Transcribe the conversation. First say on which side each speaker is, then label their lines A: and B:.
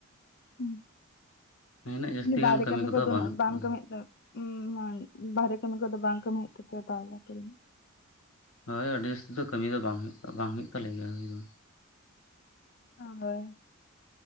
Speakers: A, on the left (about 50°); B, on the left (about 80°).
A: ᱦᱩᱸ,
B: ᱤᱱᱟᱹᱜ ᱡᱟᱹᱥᱛᱤ
A: ᱵᱟᱭᱨᱮ
B: ᱜᱟᱱ
A: ᱠᱟᱹᱢᱤ ᱠᱚᱫᱚ
B: ᱵᱟᱹᱱᱩᱜ
A: ᱩᱱᱟᱹᱜ
B: ᱟᱠᱟᱜᱼᱟ
A: ᱵᱟᱝ ᱠᱟᱹᱢᱤᱜ ᱩᱸ ᱵᱟᱨᱦᱨᱮ ᱠᱟᱹᱢᱤ ᱠᱚᱫᱚ ᱵᱟᱝ ᱠᱟᱹᱢᱤ ᱦᱩᱭᱩᱜ ᱛᱟᱯᱮᱭᱟ ᱛᱟᱦᱚᱞᱮ ᱟᱞᱮ ᱫᱚ᱾
B: ᱦᱳᱭ ᱟᱹᱰᱤ ᱩᱥᱛᱟᱹᱭ ᱫᱚ ᱠᱟᱹᱢᱤ ᱫᱚ ᱵᱟᱝ ᱦᱩᱭᱩᱜ ᱵᱟᱝ ᱦᱩᱭᱩᱜ ᱛᱟᱞᱮ ᱜᱮᱭᱟ᱾
A: ᱦᱚᱭ᱾